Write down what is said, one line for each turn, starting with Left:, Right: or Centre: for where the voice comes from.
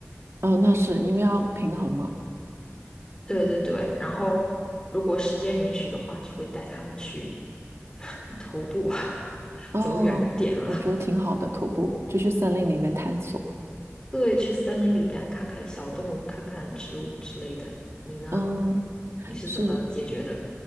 Right: 哦，那是因为要平衡嘛。
Left: 对对对，然后如果时间允许的话，就会带他们去 <laughs> 徒步啊，<laughs>
Right: 哦，
Left: 走远一点啊。
Right: 我觉得挺好的，徒步就去森林里面探索。
Left: <laughs> 对，去森林里边看看小动物，看看植物之类的。你呢？
Right: 嗯，
Left: 你是怎么解决的？
Right: 是。